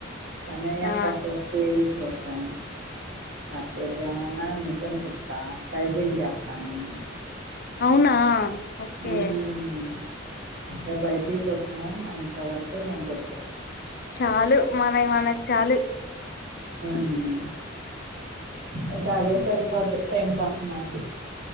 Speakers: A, on the right; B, on the left.
A: పని అయ్యాక
B: ఆ
A: కాసేపు టివి జోర్డన్ కాసేపు ఎమన్నా మి షన్ కుతా టైలరింగ్ చేస్తా నేను
B: అవునా ఓకే
A: మ్ అంటే బయటి కొట్న్నాము మా ఇంట్ వరకు నేను కొ
B: చాలు మనయ్ మన చాలు
A: మ్ ఇంకా అదే సరిపోద్ది టైం పాస్ నాకు